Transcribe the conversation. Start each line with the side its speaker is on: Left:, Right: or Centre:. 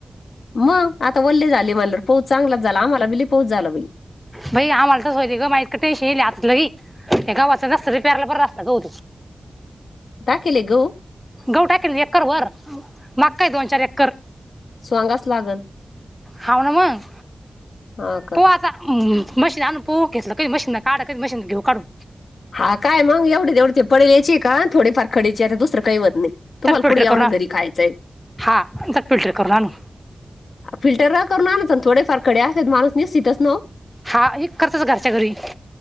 Left: मग, आता वल्ले झाले म्हणलं पहूच चांगलाच झाला, आम्हाला बि लै पौच झाला बाई.
Centre: बाई आम्हाला तर होय ग माय इतकं टेन्शन यायलंल्या लई हे गव्हाचं रस जरी प्यारला परत अस गहू.
Left: <inaudible> गहू
Centre: गहू टाकले एकर वर मक्काय दोन चार एकर.
Left: स्वांगाचं लागल.
Centre: हाव ना मग,
Left: हा का
Centre: तो आ ता मशीन आणून पोहू की सकाळी मशीनना काढातेत मशीन घेऊ काढून.
Left: हा काय मग एवढी तेवढे पडेले यायची का थोडीफार खडीची आता दुसरं काही व्हत नाही. तुम्हाला
Centre: तर फिल्टर
Left: कुठे एवढा
Centre: करू ना
Left: घरी खायचंय
Centre: हां तर फिल्टर करून आणू.
Left: फिल्टर करून आणत जा ना थोडेफार खडे आहेत माणूसनी शितास्नो.
Centre: हा ही करतात घरच्या घरी.